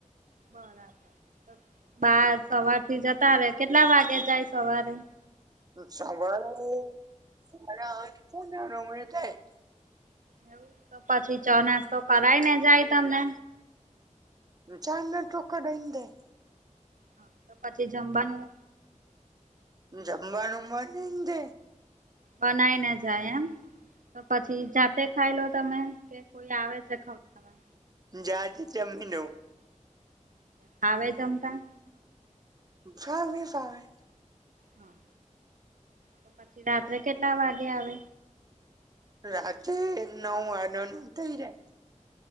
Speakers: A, on the right; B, on the right.
A: બરાબર, બરાબર, સવાર થી જતા ર કેટલા વાગે જાય? સવારે.
B: સવારે સરાનામ તોાય <unintelligible>
A: એવું? તો પછી ચોનાસ તો કરાય ને, જાય તમને.
B: ચાંદ ટોકડાઈ.
A: હા, તો પછી જમવાનું.
B: જમવાનું ઉવા જે.
A: બનાઈ ને જાય એમ, તો પછી જાતે ખાઈ લો તમે. કોઈ આવે? છે ખવડાવા
B: જજ જમીન <unintelligible>
A: હાવે જમતા.
B: ચાર-વીસ આવે.
A: હા, તો પછી રાત્રે કેટલા વાગે આવે?
B: રાત્રે નવ વા ન નવ થઇ જાય <unintelligible>